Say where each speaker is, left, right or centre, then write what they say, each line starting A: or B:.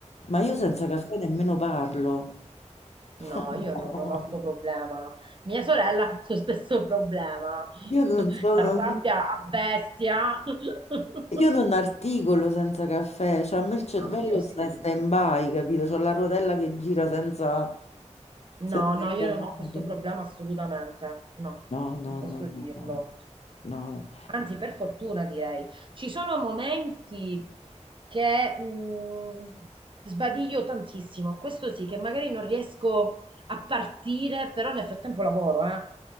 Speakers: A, on the left (about 60°); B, on the right (about 45°).
A: Ma io senza caffè nemmeno parlo. <laughs>
B: No, io no- non ho sto problema. Mia sorella ha tutto lo stesso problema. <laughs>
A: Io non
B: Si
A: sono,
B: arrabbia a bestia. <laughs>
A: io non articolo senza caffè, cioè a me il cervello
B: No, ma io sì.
A: sta in stand-by, capito? C'ho la rotella che gira senza, senza
B: No,
A: richiamare.
B: no, io non ho questo problema assolutamente, no,
A: No, no,
B: non posso
A: no, no,
B: dirlo.
A: no. No.
B: Anzi, per fortuna direi, ci sono momenti che mh, sbadiglio tantissimo. Questo sì, che magari non riesco a partire, però nel frattempo lavoro, eh.